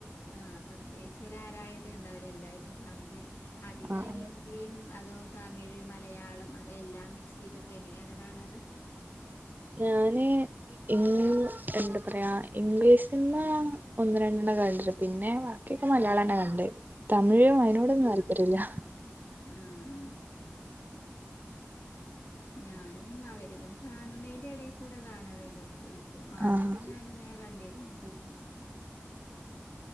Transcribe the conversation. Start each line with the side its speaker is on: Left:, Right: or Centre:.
Left: ആഹ് പ്രത്യേകിച്ച് ഒരു ആരായത ഉണ്ടാവലല്ലായെടത്തും കാണുല്ലേ <unintelligible>
Right: ആഹ്
Left: ന്തിംഅതോ തമിഴ്, മലയാളം അതോ എല്ലാം മിക്സെയ്തിട്ട് എങ്ങനെയാണ് കാണാറ്
Right: ഞാന് ഈ എന്താപറയാ ഇംഗ്ലീഷ്സിനിമഒന്ന് രണ്ടെണ്ണകിണ്ട്ട്ടിണ്ട് പിന്നെ ക്കിയോക്കെമലയാളന്നെകണ്ടേ തമിഴും അയിനോടൊന്നുംതാല്പര്യല്ല്യ
Left: മ് മ് ഞാനുംഅവരിങ്ങനെകാണനെയിന്റെഎടെകൂടെകാണാറല്ലോ അപ്പഇപ്പോആദ്യോക്കെഞാനുങ്ങനെകണ്ടിരുന്നു കൂടുതലുംമമ്മൂട്ടിയുടെപടങ്ങളൊക്കെയിരുന്നുകണ്ടിരുന്നത്.
Right: ആഹ്